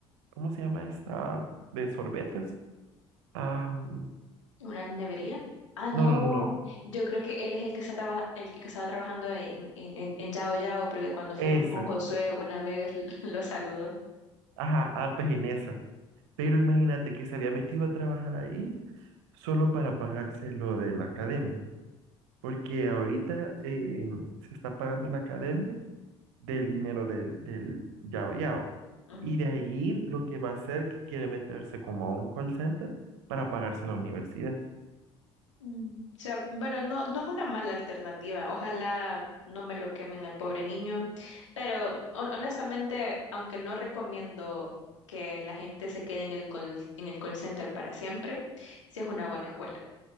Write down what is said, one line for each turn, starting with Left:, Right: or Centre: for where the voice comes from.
Right: ¿cómo se llama esta de sorbetes? Am,
Left: ¿Una nevería? Ah, no.
Right: no, no, no.
Left: Yo creo que él es el que está traba- el que estaba trabajando en, en, en Yao Yao, porque cuando fuimos
Right: Esa.
Left: con Josué una vez <laughs> lo saludó.
Right: Ajá, ah, pues en esa. Pero imagínate que se había metido a trabajar ahí solo para pagarse lo de la academia. porque ahorita eh, se está pagando la academia del dinero del, del Yao Yao.
Left: Ujú.
Right: Y de ahí lo que va a hacer que quiere meterse como a un call center para pagarse la universidad.
Left: Mm. O sea, bueno, no, no es una mala alternativa. Ojalá no me lo quemen al pobre niño. Pero hon- honestamente, aunque no recomiendo que la gente se quede en el call, en el call center para siempre, sí es una buena escuela.